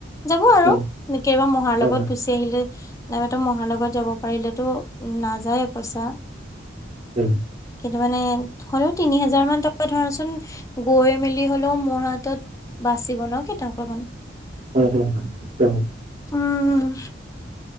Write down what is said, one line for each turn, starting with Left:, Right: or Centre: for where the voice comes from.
Left: যাব আৰু
Right: উম
Left: কেইবা মহাৰ
Right: হয়
Left: লগত
Right: হয়
Left: গুচি আহিলি, নাইবা তো মহাৰ লগত যাব পাৰিলেতো। নাযায়ে পইচা।
Right: উম
Left: কিন্তু মানে হ'লেও তিনি হাজাৰ মান টকা ধৰাচোন, গৈ মেলি হলেও মোৰ হাতত। বাচিব ন কেইটকা মান।
Right: <unintelligible>
Left: উম'।